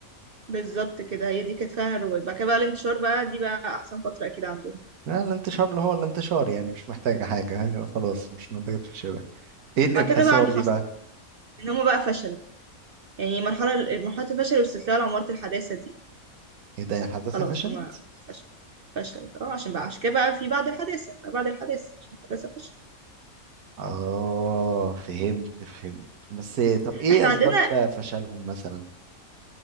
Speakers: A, on the right (about 55°); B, on the right (about 85°).
A: بالظبط كده هي دي كانت فيها الرواد بعد كده بقى الانتشار بقى دي بقى احسن فتره اكيد عندهم
B: لا الانتشار اللي هو الانتشار يعني مش محتاجة حاجة يعني خلاص مش محتاجة تشبه ايه الانحسار
A: بعد كده بقى انحصروا
B: دي بقى؟
A: ان هم بقى فشلوا يعني مرحله مرحله الفشل واستسلام لعماره الحداثه دي
B: ايه ده الحداثة
A: خلاص
B: فشلت؟
A: هم فشل فشلت اه عشان بقى عشان كده بقى في بعد الحداثه ما بعد الحداثه عشان الحداثه فشل
B: اه فهمت فهمت بس طب ايه
A: احنا
B: اسباب
A: عندنا
B: فشلهم مثلا؟